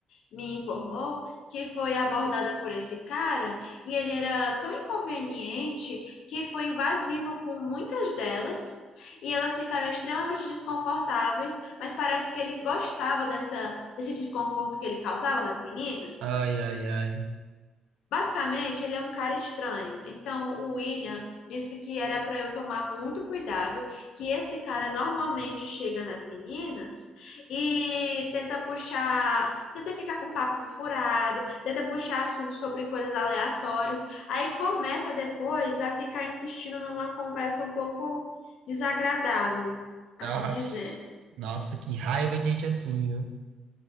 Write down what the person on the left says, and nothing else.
me informou que foi abordada por esse cara e ele era tão inconveniente que foi invasivo com muitas delas. E elas ficaram extremamente desconfortáveis, mas parece que ele gostava dessa, desse desconforto que ele causava nas meninas.
Basicamente, ele é um cara estranho. Então, o William disse que era para eu tomar muito cuidado, que esse cara normalmente chega nas meninas e tenta puxar, tenta ficar com papo furado, tenta puxar assunto sobre coisas aleatórias. Aí começa depois a ficar insistindo numa conversa um pouco desagradável, assim
dizer.